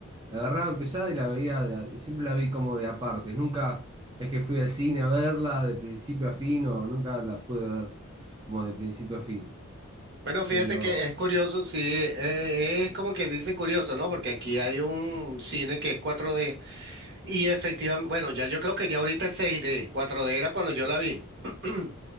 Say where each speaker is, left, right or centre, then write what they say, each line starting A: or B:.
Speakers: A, on the right; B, on the right.
A: la agarraba empezada y la veía, de a- siempre la vi como de aparte. Nunca es que fui al cine a verla de principio a fin o nunca la pude ver como de principio a fin.
B: Bueno, fíjate
A: Pero,
B: que es curioso, sí, eh, es como quien dice curioso, ¿no? Porque aquí hay un cine que es cuatro d y efectivamente, bueno, ya yo creo que ya ahorita es seis d cuatro d era cuando yo la vi. <clears throat>